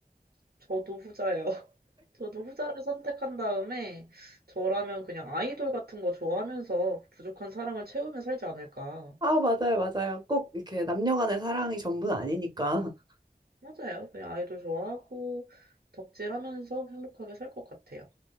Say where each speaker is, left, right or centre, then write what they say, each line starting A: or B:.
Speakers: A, on the right; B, on the right.
A: 저도 후자예요. <laughs> 저도 후자를 선택한 다음에, 저라면 그냥 아이돌 같은 거 좋아하면서 부족한 사랑을 채우며 살지 않을까.
B: 아, 맞아요, 맞아요. 꼭 이렇게 남녀 간의 사랑이 전부는 아니니까. <laughs>
A: 맞아요. 그냥 아이돌 좋아하고, 덕질하면서 행복하게 살 것 같아요.